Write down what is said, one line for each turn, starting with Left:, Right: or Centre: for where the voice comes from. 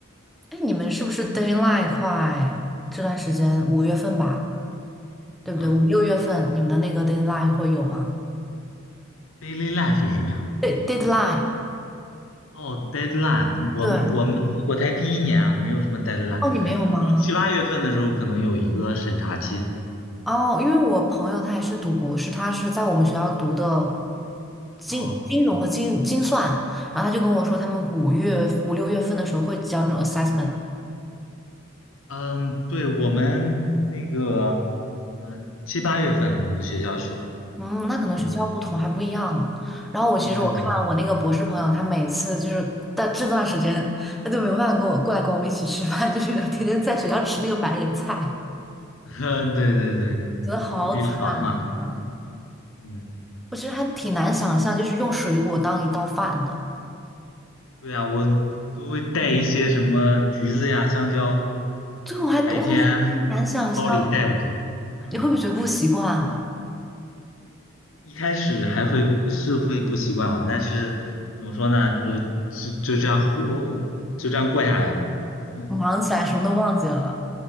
Centre: 哎，你们是不是 deadline 快？这段时间五月份吧，对不对？
Left: 啊。
Centre: 五六月份你们的那个 deadline 会有吗？
Left: Daily life 是什么呀？
Centre: 对，deadline，
Left: 哦，deadline，我我们我才第一年啊，
Centre: 对，
Left: 没有什么 deadline。
Centre: 哦，你没有吗？
Left: 就七八月份的时候可能有一个审查期。
Centre: 哦，因为我朋友他也是读博士，他是在我们学校读的金金融和金金算，
Left: 哦，
Centre: 然后他就跟我说，他们五月五六月份的时候会交那种 assessment。
Left: 嗯，对，我们那个，嗯、七八月份我们学校是，
Centre: 嗯，那可能学校不同还不一样呢。
Left: 嗯、
Centre: 然后我其实我看我那个博士朋友，
Left: 对对对，
Centre: 他每次就是到这段时间，他就没有办法跟我过来跟我们一起吃饭，<laughs> 就是天天在学校吃那个白人菜，
Left: <laughs> 对对对，
Centre: 觉得好惨啊！
Left: 会比较忙嘛。嗯。
Centre: 我其实还挺难想象，就是用水果当一道饭的。
Left: 对呀，我都会带一些什么橘子呀、香蕉，
Centre: 对，
Left: 就是白天
Centre: 我还我会挺难想象。
Left: 放包里带过去。嗯，
Centre: 你会不会觉得不习惯啊？
Left: 一开始还会是会不习惯嘛，但是怎么说呢，就就就这样过，就这样过下来了。<laughs>
Centre: 忙起来什么都忘记了。